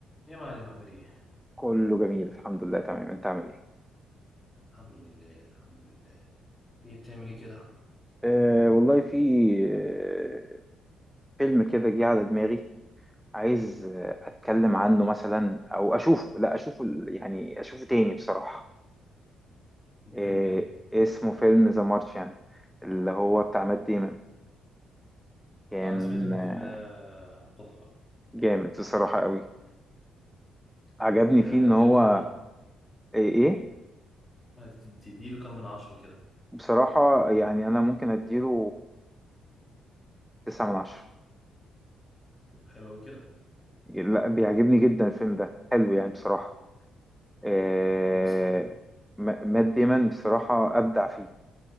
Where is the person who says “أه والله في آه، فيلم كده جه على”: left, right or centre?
Centre